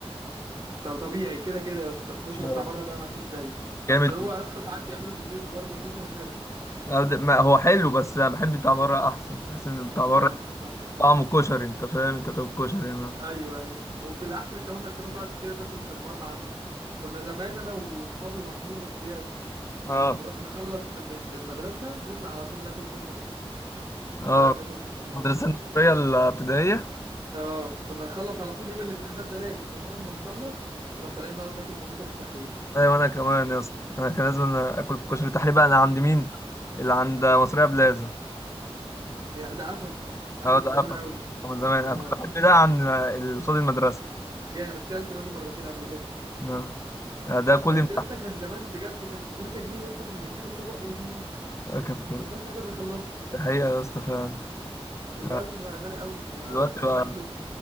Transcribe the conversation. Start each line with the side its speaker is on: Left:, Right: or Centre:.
Right: طب طبيعي كده كده يا اسطى الكشري
Left: آه.
Right: بتاع بره ده ما فيش زيه بس
Left: جامد
Right: هو يا اسطى ساعات بيعملوا في البيت برضه كشري حلو
Left: أنا- د- ما هو حلو بس انا بحب بتاع بره احسن بحس ان بتاع بره
Right: اه ف...
Left: طعمه كشري انت فاهم انت بتاكل كشري انا
Right: ايوه ايوه وفي الاحسن كمان انك تروح تقعد كده تاكل في المطعم كنا زمان انا وصحابي ومحمود ابو زياد
Left: اه
Right: نروح نخلص من المدرسه نطلع على طول ناكل كشري نروح
Left: اه
Right: نقعد ناكل كشري هناك
Left: المدرسه
Right: على
Left: النصريه
Right: طول
Left: الابتدائيه
Right: اه كنا نخلص على طول يوم الامتحانات ده لازم بقى اول ما نخلص نروح طالعين نقعد ناكل في كشري التحرير
Left: ايوه انا كمان يا اسطى انا كان لازم أنا اكل في كشري تحريبا انا عند مين اللي عند مصريه بلازا
Right: يا ده قفل قفل
Left: اه ده
Right: من
Left: قفل
Right: زمان قوي
Left: من زمان انا
Right: اه
Left: كنت بحب ده عن اللي قصاد المدرسه
Right: جامد كلت منه مرتين قبل كده
Left: آه. يعني ده كل
Right: بس
Left: امتحان
Right: يا اسطى كان زمان بجد كان ب 3 جنيه يا اسطى كنا بنجيب الطبق يا ديني
Left: آه،
Right: كان
Left: كان كده
Right: كناش نقدر نخلصه
Left: ده حقيقة يا اسطى فعلا
Right: دلوقتي
Left: آه،
Right: بقى غالي قوي ما
Left: دلوقتي
Right: ما بقاش
Left: بقى
Right: اكل <laughs>